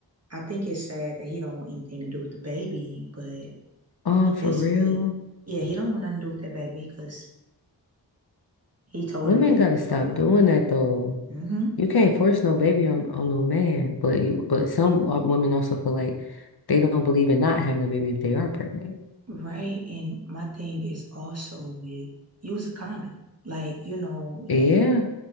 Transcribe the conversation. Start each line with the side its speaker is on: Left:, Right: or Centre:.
Right: I think it's sad that he don't want anything to do with the baby, but he
Left: Oh, for
Right: basically,
Left: real?
Right: yeah, he don't want nothing to do with that baby because he told
Left: Women
Right: her to get
Left: gotta
Right: rid
Left: stop
Right: of it. And,
Left: doing that though.
Right: hmm
Left: You can't force no baby on, on no man, but you but some wo- women also feel like they don't believe in not having a baby if they are pregnant.
Right: Right. And my thing is also with use a condom. Like, you know, like
Left: Yeah,